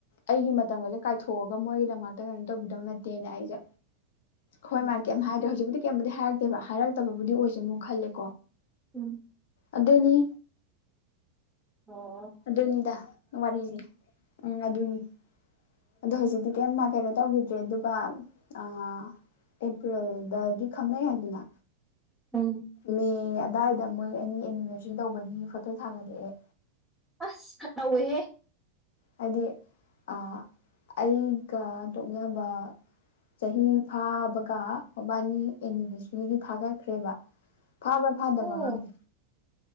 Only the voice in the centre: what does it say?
ꯎꯝ
ꯎꯝ
ꯑꯣ
ꯎꯝ
ꯑꯁ ꯈꯠ ꯅꯧ ꯍꯦ
ꯑꯣ